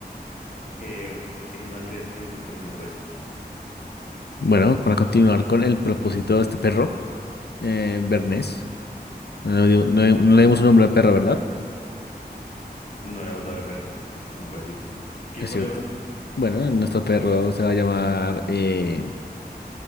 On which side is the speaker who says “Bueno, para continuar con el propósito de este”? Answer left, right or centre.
Left